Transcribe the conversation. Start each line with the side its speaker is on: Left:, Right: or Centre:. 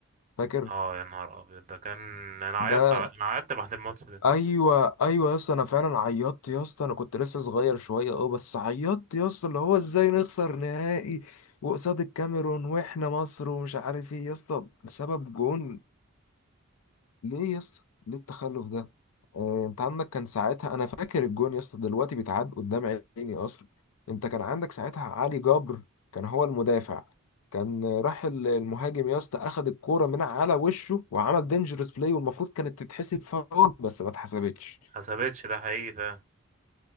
Left: فاكر
Right: اه يا نهار ابيض ده كان انا عيطت
Left: ده
Right: ع- انا عيطت بعد الماتش ده
Left: ايوه ايوه يا اسطى انا فعلا عيطت يا اسطى انا كنت لسه صغير شويه اه بس عيطت يا اسطى اللي هو ازاي نخسر نهائي وقصاد الكاميرون واحنا مصر ومش عارف ايه يا اسطى بسبب جون ليه يس ليه التخلف ده آه، انت عندك كان ساعتها انا فاكر الجون يا اسطى دلوقتي بيتعاد قدام عيني اصلا انت كان عندك ساعتها علي جبر كان هو المدافع كان آه، راح ال- المهاجم يا اسطى اخد الكوره من على وشه وعمل دينجرس بلاي والمفروض كانت تتحسب فاول بس ما اتحسبتش
Right: حسبتش ده حقيقي فعلا